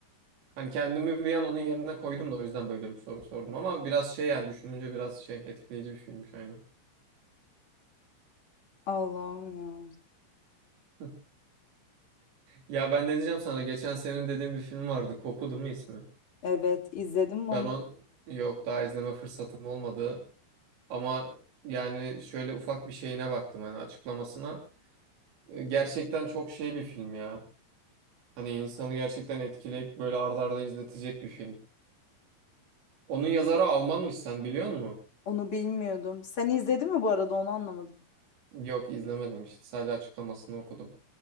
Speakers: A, on the right; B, on the left.
A: Hani kendimi bir an onun yerine koydum da o yüzden böyle bir soru sordum. Ama biraz şey yani düşününce biraz şey etkileyici bir filmmiş aynen.
B: Allah'ım ya.
A: <laughs> Ya ben ne diyeceğim sana? Geçen senin dediğin bir film vardı. Kokudu mu ismi?
B: Evet izledim mi onu?
A: Ben o yok daha izleme fırsatım olmadı. Ama yani şöyle ufak bir şeyine baktım hani açıklamasına. E, Gerçekten çok şey bir film ya. Hani insanı gerçekten etkileyip böyle arda arda izletecek bir film. Onun yazarı Almanmış sen biliyor musun?
B: Onu bilmiyordum. Sen izledin mi bu arada onu anlamadım.
A: Yok izlemedim işte sadece açıklamasını okudum.